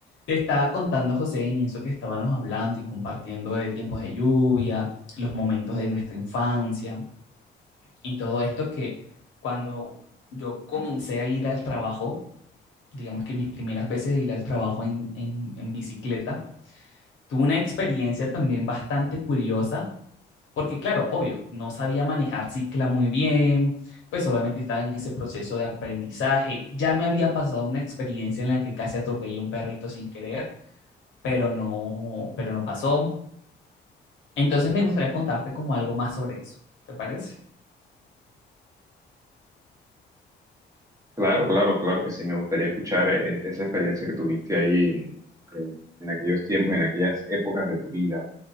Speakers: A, on the left (about 75°); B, on the right (about 15°).
A: Te estaba contando, José, en eso que estábamos hablando y compartiendo de tiempos de lluvia, los momentos de nuestra infancia y todo esto que cuando yo comencé a ir al trabajo, digamos que mis primeras veces de ir al trabajo en, en, en bicicleta, tuve una experiencia también bastante curiosa, porque claro, obvio, no sabía manejar cicla muy bien, pues obviamente estaba en ese proceso de aprendizaje, ya me había pasado una experiencia en la que casi atropellé a un perrito sin querer pero no, pero no pasó. Entonces me gustaría contarte como algo más sobre eso, ¿te parece?
B: Claro, claro, claro que sí, me gustaría escuchar eh, esa experiencia que tuviste ahí en, en- en aquellos tiempos, en aquellas épocas de tu vida.